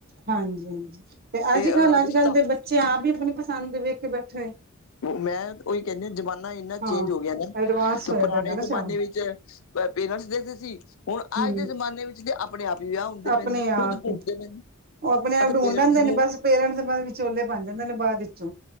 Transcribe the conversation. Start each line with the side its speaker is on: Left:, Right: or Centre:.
Right: ਹਾਂਜੀ ਹਾਂਜੀ ਤੇ ਅੱਜ
Left: ਅਹ
Right: ਕੱਲ੍ਹ ਅੱਜ
Left: ਰਿਸ਼ਤਾ
Right: ਕੱਲ ਦੇ ਬੱਚੇ ਆਪ ਹੀ ਆਪਣੀ ਪਸੰਦ ਵੇਖ ਕੇ ਬੈਠੇ
Left: ਮੈਂ ਉਹੀ ਕਹਿੰਦੀ ਜ਼ਮਾਨਾ ਇੰਨਾ
Right: ਹਾਂ
Left: ਚੇਂਜ ਹੋ ਗਿਆ ਨਾ
Right: ਐਡਵਾਂਸ
Left: ਤੇ
Right: ਹੋਇਆ
Left: ਪੁਰਾਣੇ
Right: ਦਾ ਹੈਗਾ ਨਾ ਸ਼ਾਮ
Left: ਜਮਾਨੇ ਵਿੱਚ ਪੇਰੈਂਟਸ ਦੇਖਦੇ ਸੀ ਹੁਣ
Right: ਹਮ
Left: ਅੱਜ ਦੇ ਜਮਾਨੇ ਵਿੱਚ ਆਪਣੇ ਆਪ ਹੀ ਵਿਆਹ ਹੁੰਦੇ ਪਏ
Right: ਆਪਣੇ
Left: ਨੇ
Right: ਆਪ
Left: ਖੁਦ ਘੁੰਮਦੇ
Right: ਹੀ
Left: ਪਏ ਨੇ
Right: ਉਹ ਆਪਣੇ ਆਪ
Left: ਅਤੇ
Right: <unintelligible>
Left: ਪੇਰੈਂਟਸ
Right: ਜਾਂਦੇ ਨੇ
Left: ਨੂੰ
Right: ਬਸ ਪੇਰੈਂਟਸ ਬ ਦੇ ਵਿਚੋਲੇ ਬਣ ਜਾਂਦੇ ਨੇ ਬਾਅਦ ਵਿੱਚੋਂ